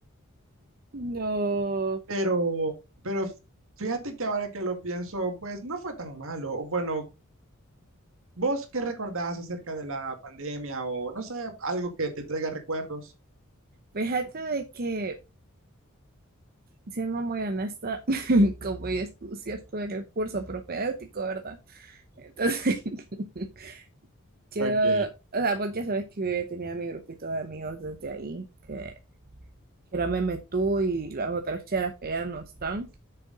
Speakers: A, on the right (about 45°); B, on the right (about 65°).
A: No,
B: Pero, pero fíjate que ahora que lo pienso, pues no fue tan malo. O Bueno, ¿vos qué recordás acerca de la pandemia o no sé, algo que te traiga recuerdos?
A: fíjate de que, siendo muy honesta, <laughs> como yo estu- sí estuve en el curso propedéutico, ¿verdad? Entonces, <laughs> yo,
B: Ok,
A: o sea, vos ya sabes que yo ya tenía mi grupito de amigos desde ahí, que, que era Meme Tú y las otras cheras que ya no están.